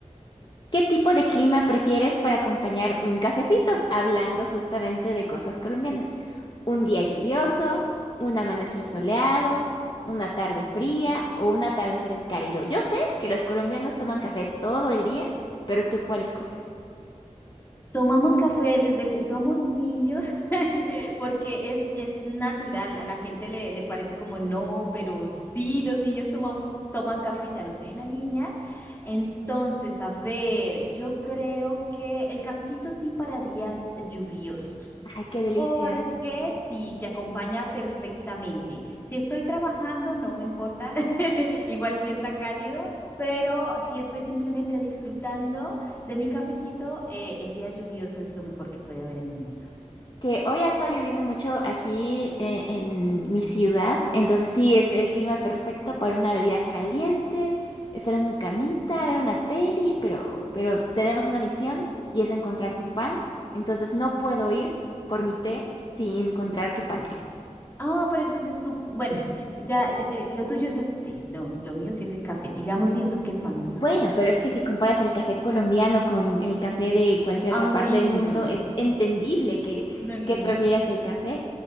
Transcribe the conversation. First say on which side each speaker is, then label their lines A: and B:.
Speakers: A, on the left; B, on the left.
A: ¿Qué tipo de clima prefieres para acompañar un cafecito? Hablando justamente de cosas colombianas. Un día lluvioso, un amanecer soleado, una tarde fría o un atardecer cálido. Yo sé que los colombianos toman café todo el día, pero ¿tú cuál escoges?
B: Tomamos café desde que somos niños <laughs> porque es, es natural, a la gente le, le parece como no, pero sí, los niños tomamos, toman café, ya no soy una niña. Entonces, a ver, yo creo que el cafecito sí para días lluviosos.
A: Ay, qué delicia.
B: Porque sí, se acompaña perfectamente. Si estoy trabajando, no me importa, <laughs> igual si está cálido, pero si estoy simplemente disfrutando. De mi cafecito, eh, el día lluvioso es lo mejor que puede haber en el mundo.
A: Que hoy ha estado lloviendo mucho aquí eh, en mi ciudad, entonces sí, es el clima perfecto para una bebida caliente, estar en una camita, ver una peli, pero, pero tenemos una misión y es encontrar tu pan, entonces no puedo ir por mi té sin encontrar qué pan eres.
B: Ah, pero entonces tú, bueno, ya, ya, eh, lo tuyo es el té, no, lo mío sí es el café. Sigamos viendo qué pan soy.
A: Bueno, pero es que si comparas el café colombiano con el café de cualquier
B: Ay,
A: otra parte del
B: no,
A: mundo, es entendible que,
B: no, no,
A: que prefieras
B: no.
A: el café.